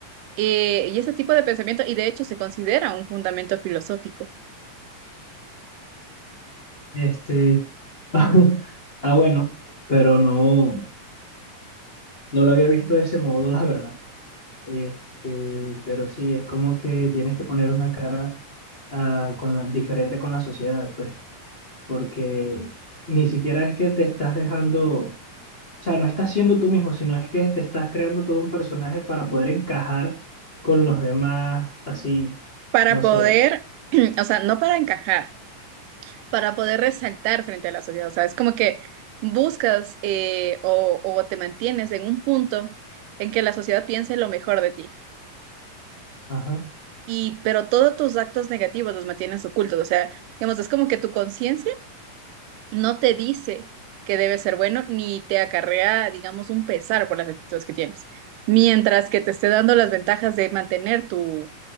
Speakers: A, on the right; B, on the left.
A: eh, y ese tipo de pensamiento, y de hecho se considera un fundamento filosófico
B: Este, <laughs> ah, bueno, pero no, no lo había visto de ese modo, la verdad. Este, pero sí, es como que tienes que poner una cara ah, con la, diferente con la sociedad, pues, porque ni siquiera es que te estás dejando, o sea, no estás siendo tú mismo, sino es que te estás creando todo un personaje para poder encajar con los demás, así,
A: para
B: no
A: poder,
B: sé.
A: <clears throat> o sea, no para encajar, para poder resaltar frente a la sociedad. O sea, es como que buscas eh, o, o te mantienes en un punto en que la sociedad piense lo mejor de ti.
B: Ajá.
A: Y, pero todos tus actos negativos los mantienes ocultos. O sea, digamos, es como que tu conciencia no te dice que debe ser bueno ni te acarrea, digamos, un pesar por las actitudes que tienes. Mientras que te esté dando las ventajas de mantener tu,